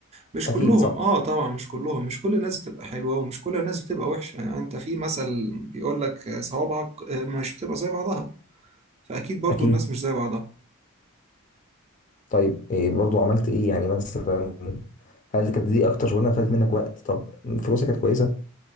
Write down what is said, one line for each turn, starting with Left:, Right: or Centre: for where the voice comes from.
Right: مش
Left: اكيد
Right: كلهم
Left: صح
Right: اه طبعا مش كلهم مش كل الناس بتبقى حلوه ومش كل الناس بتبقى وحشه يعني انت في مثل بيقول لك صوابعك آه، مش بتبقى زي بعضها فاكيد برضو
Left: اكيد
Right: الناس مش زي بعضها
Left: طيب إيه برضو عملت ايه يعني مثلا هل كانت دي اكتر شغلانه خدت منك وقت طب فلوسك كانت كويسه